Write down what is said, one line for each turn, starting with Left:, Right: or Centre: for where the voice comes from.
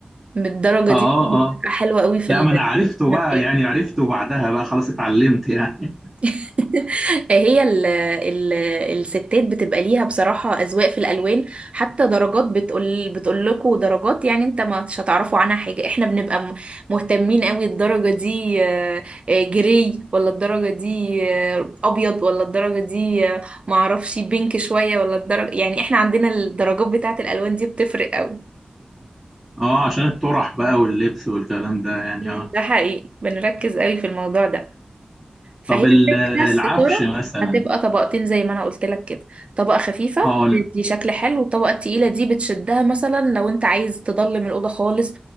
Right: بالدرجة
Centre: اه
Right: دي بتبقى
Centre: آه.
Right: حلوة قوي في
Centre: لا ما انا عرفته
Right: المخبز
Centre: بقى يعني عرفته بعدها بقى خلاص اتعلمت يعني <laughs>
Right: <laughs> هي ال ال الستات بتبقى ليها بصراحة أذواق في الألوان حتى درجات بتقول بتقول لكم درجات يعني انت ما مش هتعرفوا عنها حاجة احنا بنبقى م- مهتمين قوي الدرجة دي آه، آه، جري ولا الدرجة دي آه، أبيض ولا الدرجة دي آه، معرفش بينك شوية ولا الدرجة يعني احنا عندنا الدرجات بتاعة الألوان دي بتفرق قوي
Centre: اه عشان الطرح بقى واللبس والكلام ده يعني
Right: مم.
Centre: اه
Right: ده حقيقي بنركز قوي في الموضوع ده فهي
Centre: طب ال-
Right: الفكرة
Centre: العفش
Right: الستارة
Centre: مثلا
Right: هتبقى طبقتين زي ما انا قلت لك كده طبقة خفيفة
Centre: اه
Right: دي شكل حلو والطبقة التقيلة دي بتشدها مثلا لو انت عايز تضلم الأوضة خالص